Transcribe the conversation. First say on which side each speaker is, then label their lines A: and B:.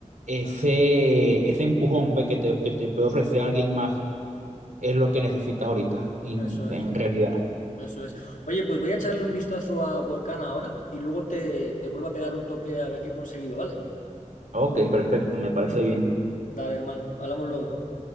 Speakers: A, on the right (about 75°); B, on the left (about 80°).
A: ese, ese empujón pues, que te, que te puede ofrecer alguien más es lo que necesitas ahorita, en
B: Eso es,
A: en realidad.
B: eso es. Oye, pues voy a echarle un vistazo a Workana ahora y luego te, te vuelvo a pegar un toque a ver qué he conseguido, ¿vale?
A: Ok, perfecto, me parece bien.
B: Dale, hermano. Hablamos luego.